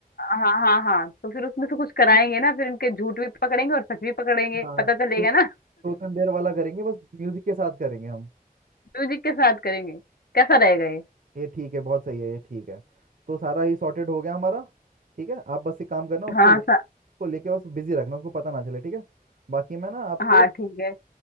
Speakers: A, on the left; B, on the right.
A: हाँ हाँ हाँ तो फिर उसमें से कुछ कराएंगे ना फिर इनके झूठ भी पकड़ेंगे और सच भी पकड़ेंगे
B: हाँ
A: पता
B: तो
A: चलेगा ना
B: ट्रूथ एंड डेयर वाला करेंगे बस म्यूजिक के साथ करेंगे हम
A: म्यूजिक के साथ करेंगे कैसा रहेगा ये
B: ये ठीक है बहुत सही है ये ठीक है तो सारा ये सॉर्टेड हो गया हमारा ठीक है आप बस एक काम करना उसको
A: हाँ
B: ले
A: सा,
B: उसको लेके बस बिजी रखना उसको पता ना चले ठीक है बाकी मैं ना आपको
A: हाँ ठीक है